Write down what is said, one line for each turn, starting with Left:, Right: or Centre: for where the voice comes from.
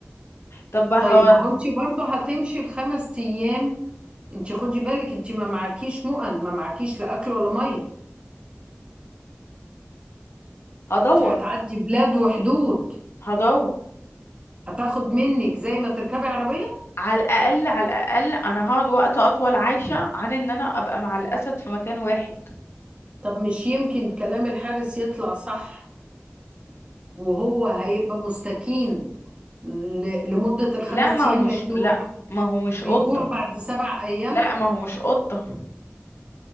Left: طب هو
Right: طيب ما هو انت برضه هتمشي الخمس ايام انت خدي بالك انت ما معكيش مؤن ما معكيش لا اكل ولا ميه
Left: هدور
Right: انت هتعدي بلاد وحدود
Left: هدور
Right: هتاخد منك زي ما تركبي عربيه
Left: على الاقل على الاقل انا هقعد وقت اطول عايشه عن ان انا ابقى مع الاسد في مكان واحد
Right: طب مش يمكن كلام الحارس يطلع صح وهو هيبقى مستكين ل- لمده الخمس
Left: لا ما هو
Right: ايام
Left: مش
Right: لان هو
Left: لا
Right: بي-
Left: ما هو مش
Right: بيجوع
Left: قطة
Right: بعد سبع ايام
Left: لا ما هو مش قطة